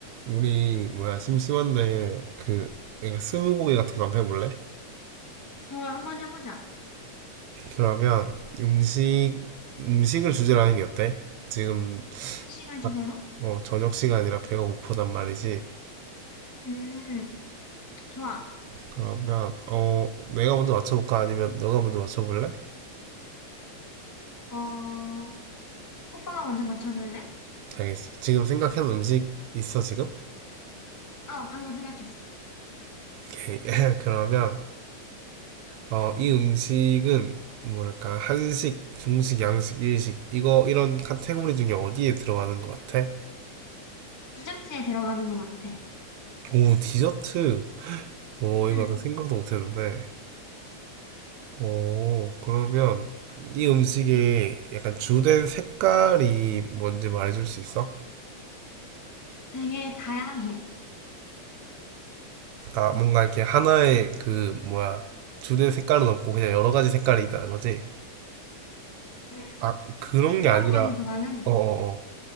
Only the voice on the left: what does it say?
좋아, 한번 해보자.
생식을 주제로?
음, 좋아.
어, 오빠가 먼저 맞춰볼래?
어, 방금 생각했어.
디저트에 들어가는 것 같아.
음,
되게 다양해.
음,
그렇다기보다는